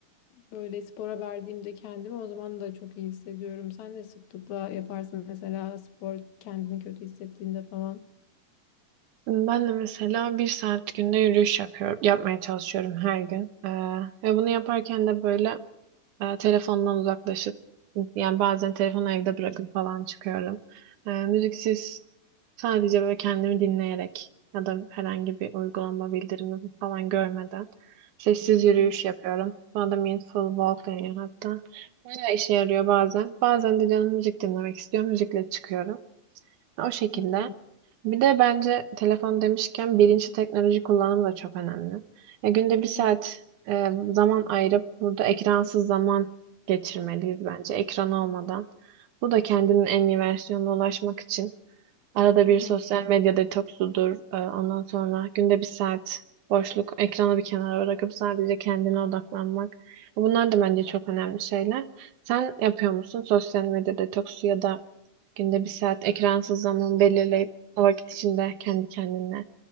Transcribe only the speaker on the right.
Ben de mesela bir saat günde yürüyüş yapıyorum, yapmaya çalışıyorum her gün. Ee, ve bunu yaparken de böyle E, telefondan uzaklaşıp yani bazen telefonu evde bırakıp falan çıkıyorum. E, müziksiz sadece böyle kendimi dinleyerek ya da herhangi bir uygulama bildirimi falan görmeden sessiz
yürüyüş
yapıyorum. Buna da mindful walk deniyor hatta. Bayağı işe yarıyor bazen. Bazen de canım müzik dinlemek istiyor. Müzikle çıkıyorum. O şekilde.
Bir de bence telefon demişken bilinçli teknoloji kullanımı da çok önemli. Ya günde bir saat
e, zaman ayırıp burada ekransız zaman geçirmeliyiz bence ekran olmadan. Bu da kendinin en iyi versiyonuna ulaşmak için. Arada
bir
sosyal medya detoksudur. Ee, Ondan sonra günde bir saat boşluk, ekranı bir kenara bırakıp sadece kendine odaklanmak. Bunlar da bence çok önemli şeyler. Sen yapıyor musun sosyal medya detoksu ya da günde bir saat ekransız zaman belirleyip o vakit içinde kendi kendine